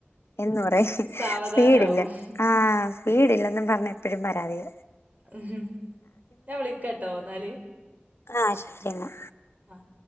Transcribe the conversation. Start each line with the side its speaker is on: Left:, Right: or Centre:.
Left: എന്ന് പറേ
Right: സാവധാനാവും
Left: സ്പീഡില്ല ആഹ് സ്പീഡില്ലെന്നും പറഞ്ഞ് എപ്പഴും പരാതിയ
Right: ഉം ഞാൻ വിളിക്കാട്ടോ എന്നാല്
Left: ആഹ് ശെരിന്നാ
Right: ആഹ്